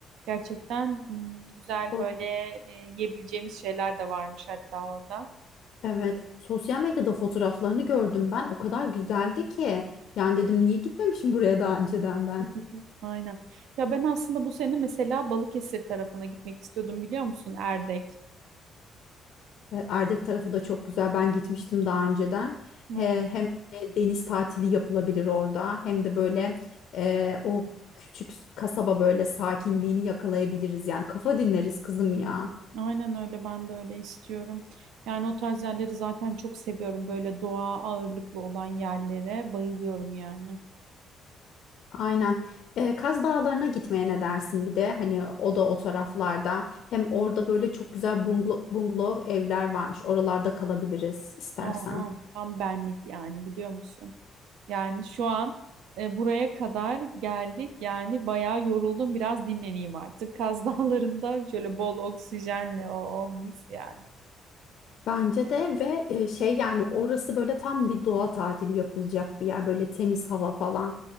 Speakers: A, on the right; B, on the left.
A: Gerçekten hmm, güzel
B: Sos-
A: böyle e, yiyebileceğimiz şeyler de varmış hatta orada.
B: Evet sosyal medyada fotoğraflarını gördüm ben o kadar güzeldi ki yani dedim niye gitmemişim buraya daha önceden ben.
A: <laughs> Aynen. Ya ben aslında bu sene mesela Balıkesir tarafına gitmek istiyordum biliyor musun? Erdek.
B: E, Erdek tarafı da çok güzel. Ben gitmiştim daha önceden.
A: Aynen
B: He- Hem böyle deniz tatili yapılabilir orada hem de böyle e, o küçük kasaba böyle sakinliğini yakalayabiliriz. Yani kafa dinleriz kızım ya.
A: Aynen öyle ben de öyle istiyorum. Yani o tarz yerleri zaten çok seviyorum. Böyle doğa ağırlıklı olan yerlere bayılıyorum yani.
B: Aynen. E, Kaz Dağları'na gitmeye ne dersin bir de? Hani o da o taraflarda. Hem orada böyle çok güzel bungalo- bungalov evler varmış. Oralarda kalabiliriz istersen.
A: Aa, tam benlik yani biliyor musun? Yani şu an e, buraya kadar geldik. Yani bayağı yoruldum. Biraz dinleneyim artık. <laughs> Kaz Dağları'nda şöyle bol oksijenle o, o mis yani.
B: Bence de ve e, şey yani orası böyle tam bir doğa tatili yapılacak bir yer böyle temiz hava falan